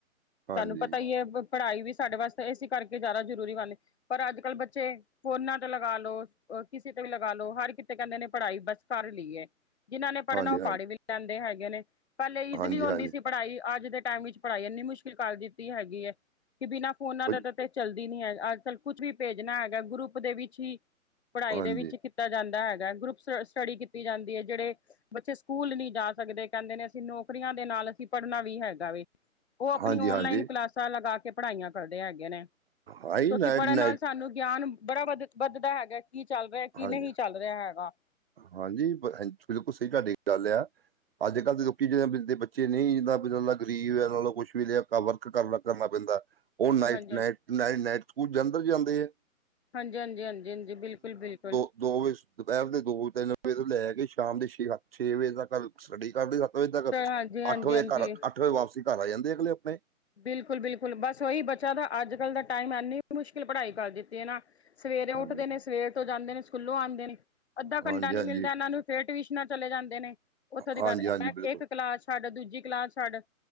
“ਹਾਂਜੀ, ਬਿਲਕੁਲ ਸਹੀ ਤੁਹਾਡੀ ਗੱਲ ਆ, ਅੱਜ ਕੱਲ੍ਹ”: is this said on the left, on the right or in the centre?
Right